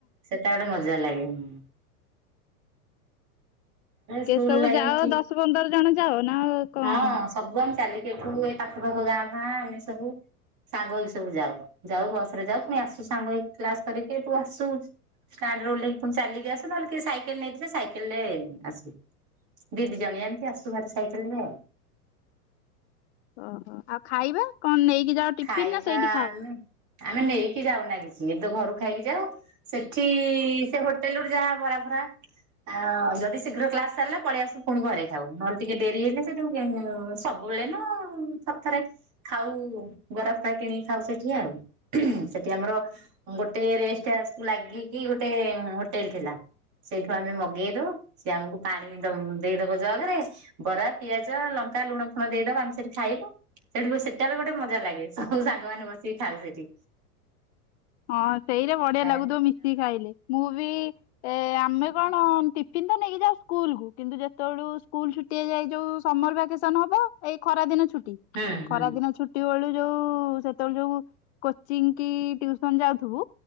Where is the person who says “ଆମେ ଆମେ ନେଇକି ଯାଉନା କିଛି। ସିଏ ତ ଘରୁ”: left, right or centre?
Right